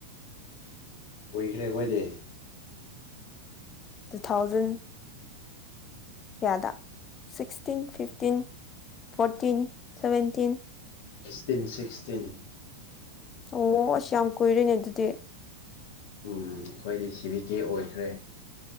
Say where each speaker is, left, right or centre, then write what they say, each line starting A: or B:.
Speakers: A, on the left; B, on the left.
A: ꯀꯣꯏꯈꯔꯦ ꯑꯣꯏꯣꯏꯗ
B: ꯇꯨ ꯊꯥꯎꯖꯟ ꯀꯌꯥꯗ sixteen fifteen fourteen seventeen
A: fifteen sixteen
B: ꯑꯣ ꯑꯁ ꯌꯥꯝ ꯀꯨꯏꯔꯦꯅꯦ ꯑꯗꯨꯗꯤ
A: ꯎꯝ ꯑꯩꯈꯣꯏꯗꯤ ꯁꯤꯕꯤ ꯀꯦ ꯑꯣꯏꯈ꯭ꯔꯦ